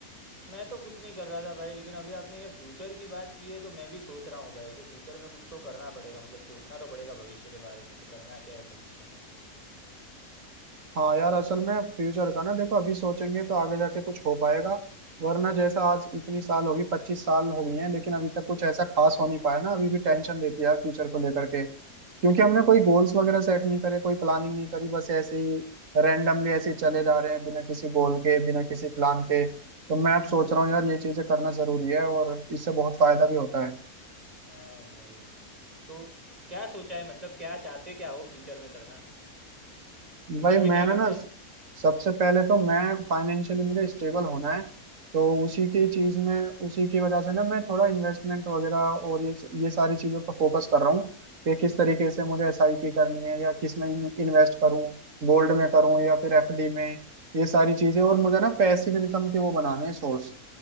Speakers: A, on the right; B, on the right.
A: मैं तो कुछ नहीं कर रहा था भाई लेकिन अभी आपने ये फ्यूचर की बात की है तो मैं भी सोच रहा हूँ भाई कि फ्यूचर में कुछ तो करना पड़ेगा मतलब सोचना तो पड़ेगा भविष्य के बारे में कि करना क्या है भविष्य में
B: हाँ यार असल में फ्यूचर का ना देखो अभी सोचेंगे तो आगे जाके कुछ हो पाएगा वरना जैसा आज इतनी साल होगी पच्चीस साल हो गई हैं लेकिन अभी तक कुछ ऐसा खास हो नहीं पाया ना अभी भी टेंशन रहती है यार फ्यूचर को लेकर के क्योंकि हमने कोई गोल्स वगैरह सेट नहीं करे कोई प्लानिंग नहीं करी बस ऐसे ही रैंडमली ऐसे ही चले जा रहे हैं बिना किसी
A: हम्म,
B: गोल के बिना किसी प्लान के तो मैं अब सोच रहा हूँ यार ये चीजें करना जरूरी है और इससे बहुत फायदा भी होता है
A: हाँ भाई तो क्या सोचा है मतलब क्या चाहते क्या हो फ्यूचर में करना फ्यूचर
B: भाई
A: में
B: मैंने
A: क्या करना
B: ना
A: है
B: सबसे पहले तो मैं फाइनेंशियली मुझे स्टेबल होना है तो उसी की चीज में उसी की वजह से ना मैं थोड़ा इन्वेस्टमेंट वगैरह और ये ये सारी चीजों पर फोकस कर रहा हूँ कि
A: हम्म
B: किस तरीके से मुझे एसआईपी करनी है या किस में इन्वेस्ट करूँ गोल्ड में करूँ या फिर एफडी में ये सारी चीजें और मुझे ना पैसिव इनकम के वो बनाने हैं सोर्स